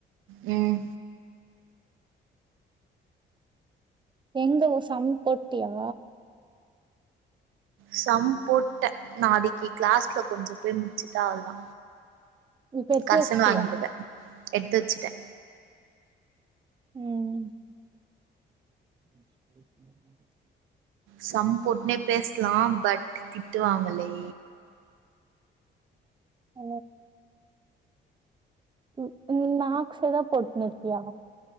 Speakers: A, on the right; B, on the right.
A: ம்
B: எங்க ஒ சம் போட்டியா
A: சம் போட்டே நாளிக்கி க்ளாஸ்ல கொஞ்சோ போய் முச்சிட்டா அவ்ள்தா
B: இப்ப எத்து
A: கர்சன்
B: வச்ட்டியா
A: வாங்கிடுவே எத்து வச்சுட்டே
B: ம் <inaudible>
A: சம் போட்னே பேசுலா பட் திட்டுவாங்களே
B: ஆ ம்க்ம் மேக்ஸேதா போட்னுருக்கியா